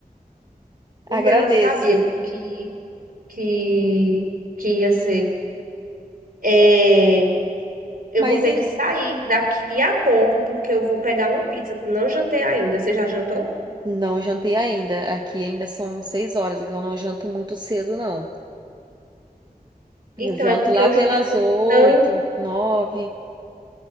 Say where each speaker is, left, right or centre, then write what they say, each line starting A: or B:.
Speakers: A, on the right; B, on the right.
A: Agradeço.
B: O meu eu sabia que, que, que ia ser. É, eu
A: Mas
B: vou ter
A: em...
B: que sair daqui a pouco, porque eu vou pegar uma pizza. Não jantei ainda. Você já jantou?
A: não jantei ainda. Aqui ainda são seis horas, então eu não janto muito cedo, não. Eu
B: Então,
A: janto
B: é porque
A: lá
B: hoje
A: pelas
B: o dia foi
A: oito,
B: tão.
A: nove.